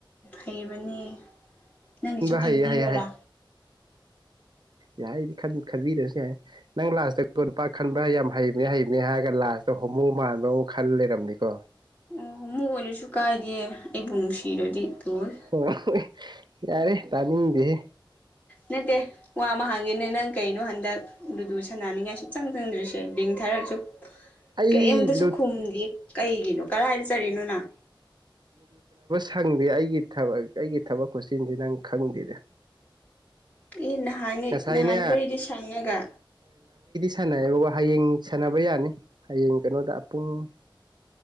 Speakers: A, on the left; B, on the right.
A: ꯂꯩꯕꯅꯤ ꯅꯪꯒꯤꯁꯨ ꯈꯟꯕꯤꯌꯔꯥ
B: ꯍꯩꯌꯦ ꯍꯩ ꯍꯩ ꯌꯥꯏꯗꯤ ꯈꯟꯕꯤꯗ꯭ꯔꯁꯨ ꯌꯥꯏ ꯅꯪ ꯂꯥꯁꯇ ꯀꯣꯟꯄꯥꯛ ꯈꯟꯕ ꯌꯥꯝ ꯍꯩ ꯍꯩ ꯅꯦ ꯍꯥꯏꯔꯒ ꯂꯥꯁꯇ ꯍꯣꯃꫭ ꯃꯥꯟꯕ ꯑꯃ ꯈꯜ ꯂꯩꯔꯝꯅꯤꯀꯣ
A: ꯑꯣ ꯃꯨꯛ ꯑꯣꯏꯔꯁꯨ ꯀꯥꯏꯗꯦ ꯑꯩꯕꯨ ꯅꯨꯡꯁꯤꯔꯗꯤ ꯇꯣꯏ
B: ꯑꯣ ꯌꯥꯔꯦ ꯇꯥꯅꯤꯗꯍꯦ
A: ꯅꯠꯇꯦ ꯋꯥ ꯑꯃ ꯍꯥꯡꯒꯦꯅꯦ ꯅꯪ ꯀꯩꯅꯣ ꯍꯟꯗꯛ ꯑꯗꯨꯗꯨ ꯁꯥꯟꯅꯅꯤꯡꯉꯥꯏ ꯁꯨꯡꯆꯪ ꯆꯪꯗ꯭ꯔꯤꯁꯦ ꯂꯤꯡ ꯊꯥꯔꯛꯑꯥꯁꯨ
B: ꯑꯩ
A: ꯀꯩꯝꯇꯁꯨ ꯈꯨꯝꯗꯤ ꯀꯩꯒꯤꯅꯣ ꯀꯗꯥꯥꯏꯗ ꯆꯠꯔꯤꯅꯣ ꯅꯪ
B: ꯈꯪꯗꯦ ꯑꯩꯒꯤ ꯊꯕꯛ ꯑꯩꯒꯤ ꯊꯕꯛ ꯈꯨꯠꯆꯤꯟꯁꯤ ꯅꯪ ꯈꯪꯗꯦꯗ
A: ꯑꯦ ꯅꯍꯥꯟꯉ
B: ꯉꯁꯥꯏꯅꯦ
A: ꯅꯍꯥꯟꯈꯩꯗꯤ ꯁꯪꯉꯒ
B: ꯁꯥꯟꯅꯩꯌꯦꯕ ꯍꯌꯦꯡ ꯁꯥꯟꯅꯕ ꯌꯥꯅꯤ ꯍꯌꯦꯡ ꯀꯩꯅꯣꯗ ꯄꯨꯡ